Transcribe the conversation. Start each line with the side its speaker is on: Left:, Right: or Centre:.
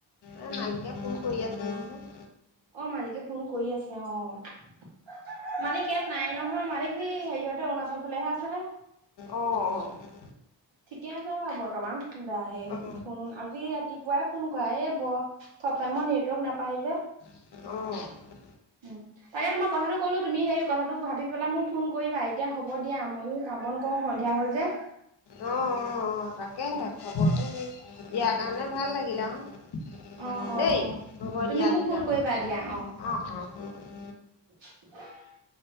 Left: অ মালিকে ফোন কৰি আছে নহয়?
Right: অ মালিকে ফোন কৰি আছে অ'। মালিক ইয়াত নায়ে নহয়, মালিক হেৰিয়াতে অৰুণাচল ফালেহে আছে।
Left: অ অ। <inaudible>
Right: ঠিকে আছে বাৰু বৰ্তমান বা সেই
Left: অ', অ',
Right: ফোন আজি ৰাতিপুৱাই ফোন কৰা, এই ব চব টাইমত নেটৱৰ্ক নাপাই যে।
Left: অ'।
Right: উম তাকে তোমাক কথাটো ক'লো তুমি সেই কথাটো ভাবি পেলাই মোক ফোন কৰিবা, এতিয়া হ'ব দিয়া ময়ো কাম বন কৰোঁ সন্ধিয়া হ'ল যে।
Left: অ-অ-অ তাকেহে খবৰটো দিয়াৰ কাৰণে ভাল লাগিলা আৰু।
Right: অ অ
Left: দেই
Right: অ
Left: হ'ব
Right: তুমি
Left: দিয়া
Right: মোক
Left: তেতিয়া
Right: ফোন
Left: হ'লে
Right: কৰিবা দিয়া অ
Left: <unintelligible> অ' অ'।
Right: <unintelligible>